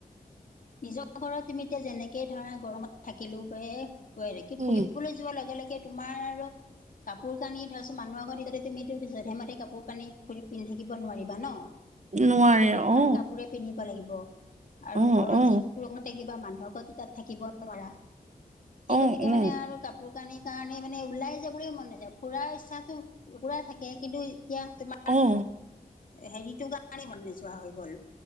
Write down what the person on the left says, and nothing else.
নিজৰ ঘৰত তুমি এতিয়া যেনেকে ধৰা গৰমত থাকিলো এ <unintelligible>
ফুৰিবলৈ যোৱাৰ লগে- লগে তোমাৰ আৰু কাপোৰ কানি ধৰাছোন মানুহ আগত এতিয়াতে তুমি এইটো জধে- মধে কাপোৰ কানি পিন্ধি থাকিব নোৱাৰিবা ন।
এতিয়াটো
ভাল কাপোৰে পিন্ধিব লাগিব আৰু
ঘৰত
যিটো <unintelligible> থাকিবা, মানুহৰ আগত তাত থাকিব নোৱাৰা। সেই
গতিকে
মানে আৰু কাপোৰ কানিৰ কাৰণে মানে ওলাই যাবলেই মন নাযায়, ফুুৰাৰ ইচ্ছাটো পুৰা থাকে, কিন্তু এতিয়া তোমাৰ
হেৰিটোৰ কাৰনেই মন নোযোৱা হৈ গ'ল,